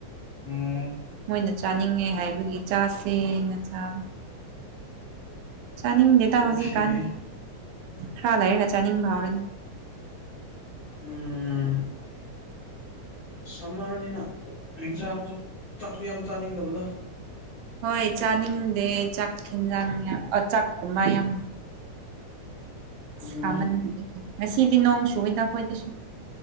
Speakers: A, on the left; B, on the right.
A: ꯎꯝ
B: ꯃꯣꯏꯅ ꯆꯥꯅꯤꯡꯉꯦ ꯍꯥꯏꯕꯒꯤ ꯆꯥꯁꯦꯅ ꯆꯥꯕ ꯆꯥꯅꯤꯡꯗꯦꯗ
A: ꯑꯣꯀꯦ
B: ꯍꯧꯖꯤꯛꯀꯥꯟ ꯈꯔ ꯂꯩꯔ ꯆꯥꯅꯤꯡꯕ ꯍꯧꯥꯎꯔꯅꯤ
A: ꯎꯝ ꯁꯝꯃꯔꯅꯤꯅ ꯑꯦꯛꯖꯥꯥꯡꯁꯨ ꯆꯥꯛꯁꯨ ꯌꯥꯝ ꯆꯥꯅꯤꯡꯗꯕꯗꯣ
B: ꯍꯣꯏ ꯆꯥꯅꯤꯡꯗꯦ ꯆꯥꯛ ꯌꯦꯟ ꯖꯥꯡ ꯑ ꯆꯥꯛꯀꯨꯝꯕ ꯌꯥꯝ
A: ꯑꯗꯨꯅꯦ
B: ꯁꯥꯃꯟꯒꯦ ꯉꯁꯤꯗꯤ ꯅꯣꯡ ꯁꯨꯏꯗ ꯑꯩꯈꯣꯏꯗꯁꯨ